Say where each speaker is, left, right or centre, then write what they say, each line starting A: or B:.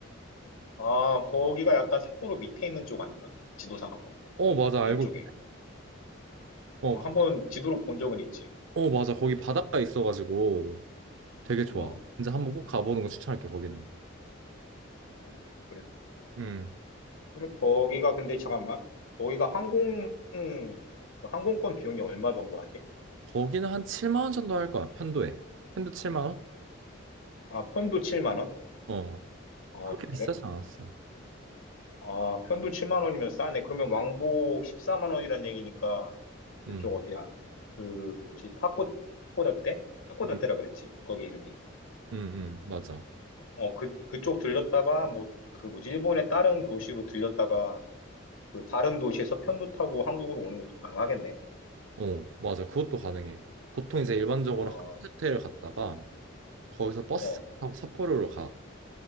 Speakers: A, on the left; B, on the right.
A: 아, 거기가 약간 삿포로 밑에 있는 쪽 아닌가? 지도상으로.
B: 어, 맞아.
A: 남쪽에.
B: 알고 있- 어,
A: 어,
B: 거-
A: 한번 지도로 본 적은 있지.
B: 어, 맞아. 거기 바닷가 있어가지고 되게 좋아.
A: 어,
B: 진짜 한번 꼭 가보는 거 추천할게, 거기는.
A: 어, 그래.
B: 음.
A: 그래, 거기가 근데 잠깐만. 거기가 항공, 그 항공권 비용이 얼마 정도 하지?
B: 거기는 한 7만 원 정도 할 거야. 편도에. 편도 7만 원?
A: 아, 편도 7만 원?
B: 어.
A: 아,
B: 그렇게
A: 그래?
B: 비싸지 않았어.
A: 아, 편도 7만 원이면 싸네. 그러면 왕복 14만 원이란 얘기니까 그쪽
B: 음.
A: 어디야? 그 뭐지? 하코 하코다테? 하코다테라
B: 음,
A: 그랬지. 거기 이름이.
B: 음, 음, 맞아.
A: 어, 그 그쪽 들렸다가 뭐 그 뭐지? 일본의 다른 도시로 들렸다가 그 다른 도시에서 편도 타고 한국으로 오는 것도 가능하겠네.
B: 어, 맞아. 그것도 가능해. 보통 이제 일반적으로
A: 어,
B: 하코다테를 갔다가 거기서 버스
A: 어.
B: 타고 삿포로로 가.